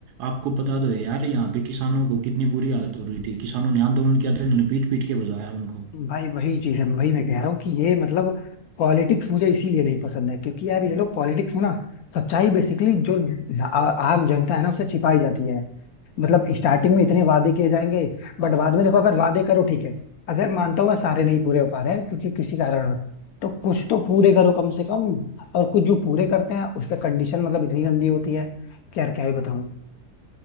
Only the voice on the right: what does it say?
आपको पता तो है यार यहाँ पे किसानों को कितनी बुरी हालत हो रही थी किसानों ने आंदोलन किया तो इन्होंने पीट पीट के बजाया उनको